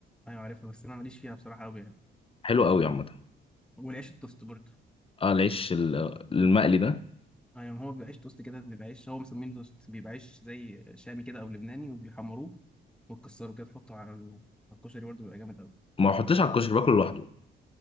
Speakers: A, in the centre; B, on the left (about 30°).
A: ايوه عارفها بس انا ماليش فيها بصراحه قوي يعني
B: حلو قوي عامه
A: والعيش التوست برضه
B: اه العيش ال- المقلي ده
A: اه يعني هو بيبقى عيش توست كده بيبقى عيش هو مسمينه توست بيبقى عيش زي شامي كده او لبناني وبيحمروه وتكسره كده تحطه على ال- على الكشري برضه بيبقى جامد قوي
B: ما احطش على الكشري باكله لوحده